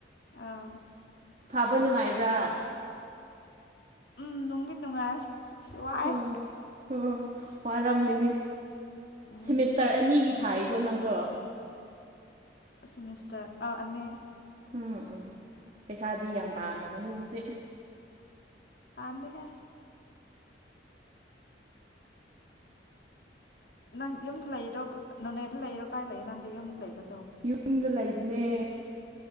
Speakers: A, on the left; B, on the right.
A: ꯑꯥ
B: ꯊꯥꯕ ꯅꯨꯡꯉꯥꯏꯕ꯭ꯔꯥ
A: ꯎꯝ ꯅꯨꯡꯗꯤ ꯅꯨꯡꯉꯥꯢ ꯁꯋꯥꯏ
B: ꯑꯣ ꯑꯣ ꯋꯥꯔꯝꯒꯅꯤ
A: ꯎꯝ
B: ꯁꯦꯃꯤꯁꯇꯔ ꯑꯅꯤꯒꯤ ꯊꯥꯏꯀꯣ ꯅꯪꯗꯣ
A: ꯁꯦꯃꯤꯁꯇꯔ ꯑ ꯥ ꯑꯅꯤ
B: ꯎꯝ ꯎꯝ ꯄꯩꯁꯥꯗꯤ ꯌꯥꯝ ꯇꯥꯅꯕꯅꯤ ꯑꯗꯨꯗꯤ
A: ꯇꯥꯟꯗꯦꯍꯦ ꯅꯪ ꯌꯨꯝꯗ ꯂꯩꯔꯣ ꯅꯣꯅꯦꯗ ꯂꯩꯔꯣ ꯀꯥꯏ ꯂꯩꯌꯦ ꯅꯪꯗꯤ ꯌꯨꯝ ꯂꯩꯕ
B: ꯌꯨꯝꯗ ꯂꯩ ꯅꯦ